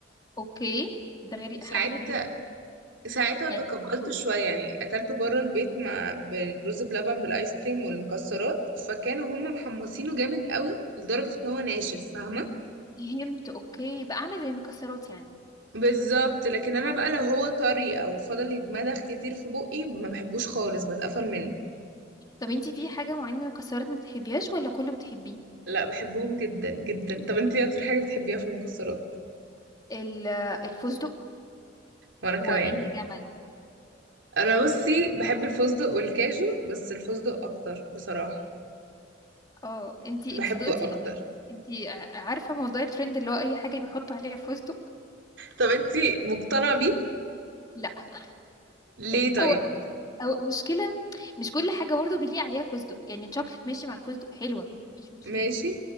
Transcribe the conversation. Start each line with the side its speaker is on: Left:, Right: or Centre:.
Left: اوكي ده غري...
Right: ساعتها
Left: حاجه غريبه جدا
Right: ساعتها
Left: يعني
Right: تقبلته
Left: لوحده.
Right: شويه يعني اكلته بره البيت مع بالرز بلبن بالايس كريم والمكسرات فكانوا هم محمصينه جامد قوي لدرجه ان هو ناشف فاهمه
Left: فهمت اوكي بقى عامل زي المكسرات يعني
Right: بالظبط لكن انا بقى لو هو طري او فضل يتمضغ كتير في بقي ما بحبوش خالص بتقفل منه
Left: طب انتي في حاجه معينه من المكسرات ما بتحبيهاش ولا كله بتحبيه
Right: لا بحبهم جدا جدا طب انت ايه اكتر حاجه بتحبيها في المكسرات
Left: ال- الفستق
Right: وانا كمان
Left: وعين الجمل
Right: انا بصي بحب الفستق والكاجو بس الفستق اكتر بصراحه
Left: اه انتي
Right: بحبه
Left: انتي دقتي
Right: اكتر
Left: قبل انتي ع- عارفه موضوع الترند اللي هو اي حاجه بيحط عليها فستق
Right: طب انت مقتنعه بيه
Left: لا <laughs>
Right: ليه طيب
Left: هو او مشكله مش كل حاجه برضه بيليق عليها فستق يعني الشوكليت ماشي مع الفستق حلوه مفيش مشكله
Right: ماشي